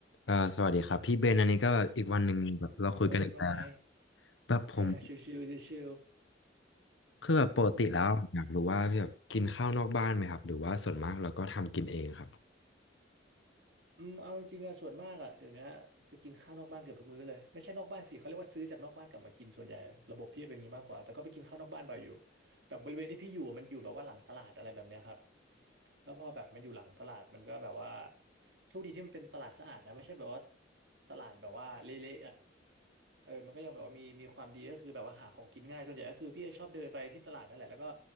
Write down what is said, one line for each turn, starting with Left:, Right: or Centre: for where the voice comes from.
Left: ก็สวัสดีครับพี่เบนอันนี้ก็อีกวันหนึ่งแบบเราคุยกันอีกแล้วนะ
Right: เอ้ยว่าไง
Left: แบบผม
Right: <laughs> ชิวๆชิว
Left: คือแบบปกติแล้วอยากรู้ว่าพี่แบบกินข้าวนอกบ้านไหมครับหรือว่าส่วนมากเราก็ทำกินเองครับ
Right: ๆครับ อืมเอาจริงๆอะส่วนมากอะเดี๋ยวเนี้ยจะกินข้าวนอกบ้านเกือบทุกมื้อเลยไม่ใช่นอกบ้านสิเขาเรียกว่าซื้อจากนอกบ้านกลับมากินส่วนใหญ่ระบบพี่เป็นอย่างนี้มากกว่าแต่ก็ไปกินข้าวนอกบ้านบ่อยอยู่แบบบริเวณที่พี่อยู่มันอยู่แบบว่าหลังตลาดอะไรแบบเนี้ยครับแล้วพอแบบมันอยู่หลังตลาดมันก็แบบว่าโชคดีที่มันเป็นตลาดสะอาดนะไม่ใช่แบบว่าตลาดแบบว่าเละๆอะเออมันก็ยังแบบว่ามีมีความดีก็คือแบบว่าหาของกินง่ายส่วนใหญ่ก็คือพี่จะชอบเดินไปที่ตลาดนั่นแหละแล้วก็